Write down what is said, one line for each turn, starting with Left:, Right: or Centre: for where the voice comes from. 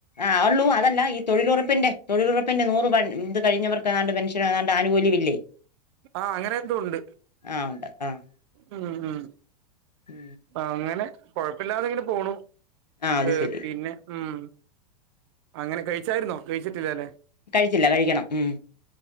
Left: ആഹ് അള്ളു അതല്ല ഈ തൊഴിലോറ പ്പിന്റെ തൊഴിലുറപ്പിന്റെ നൂറ് പ ഇത് കഴിഞ്ഞവർക്ക് ങ്ങാണ്ട് പെൻഷനോ ഏങ്ങാണ്ട് ആനുകൂല്യവില്ലേ
Right: ആഹ് അങ്ങനെ എന്തോ ഉണ്ട്
Left: ആഹ് ഉണ്ട് ആഹ്
Right: ഉം ഉം
Left: ഉം
Right: അങ്ങനെ കൊഴപ്പില്ലാതെ ഇങ്ങനെ പോണു
Left: ആഹ് അത്
Right: എ്
Left: ശരി
Right: പിന്നെ ഉം അങ്ങനെ കഴിച്ചായിരുന്നോ കഴിച്ചിട്ടില്ലലേ
Left: കഴിച്ചില്ല കഴിക്കണം ഉം